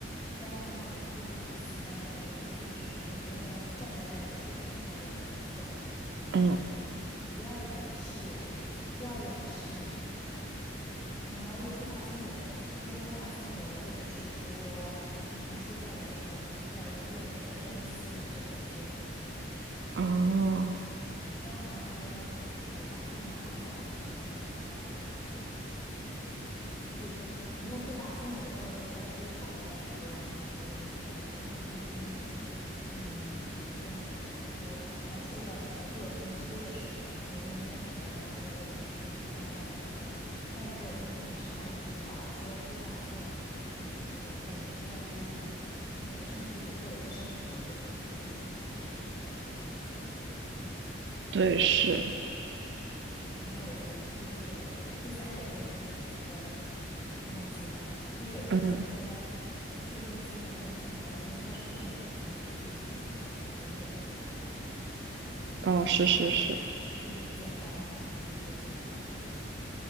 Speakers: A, on the left; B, on the right.
A: 干发帽给它立马就吸干了之后，它不就是你不用让站在那儿吹头发，觉得等很久了嘛？我觉得这是一点。
B: 嗯，
A: 第二点是，第二点是你你要用护发精油，用护发精油，或者是说你平常睡觉的时候要用那个真丝的枕巾，
B: 啊，
A: 这样子的话可以让它头头发不毛躁，然后呢，让它就是就是说，你用护发精油之后，然后再吹头发的感觉，完完全全就是不一样的，因为你就相当于说，嗯，就比如说你的皮肤在受到什么热风吹的时候，你能明显感觉到它那个那个皮肤就是干干的，对不对？但如果它给你上了一层保湿的护发精油，就相当于在你的身上涂一层那个身体乳或者是身体油的话，你再去吹头发，它是不是就是两种感觉？了？
B: 对，是，
A: OK，那我觉得就是这两点。第三点就是说选择的吹风机了，<laughs> 因为有一些吹风机它
B: 嗯，
A: 吹风机，然后它吹出来的风它是不能调节的，就巨烫。我觉得那个对头发也蛮伤的。反正我目前
B: 哦，是是是。
A: 就是简单款的，就是这三个。